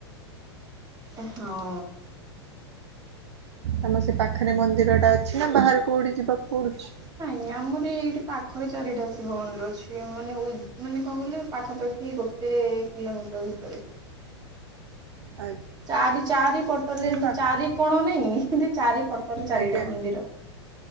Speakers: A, on the right (about 30°); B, on the right (about 80°).
A: ଏ ହଁ।
B: ତମ ସେ ପାଖରେ ମନ୍ଦିର ଟା ଅଛି ନା ବାହାରେ କୋଉଠି ଯିବାକୁ ପଡୁଛି?
A: ଏ ଆମର ଏଇଠି ପାଖରେ ଚାରିଟା ଶିବ ମନ୍ଦିର ଅଛି ମାନେ ଉଇ ମାନେ କଣ କହିଲେ ପାଖାପା ଖି ଗୋଟେ କିଲୋମିଟର ଭିତରେ।
B: ଆ
A: ଚାରି ଚାରି ପଟରେ ଯେମତି
B: ପାଖରେ
A: ଚାରି କୋଣ ନାଇଁ ସିନ୍ଦି ଚାରିପଟରେ ଚାରିଟା
B: ଆଜ୍ଞା।
A: ମନ୍ଦିର।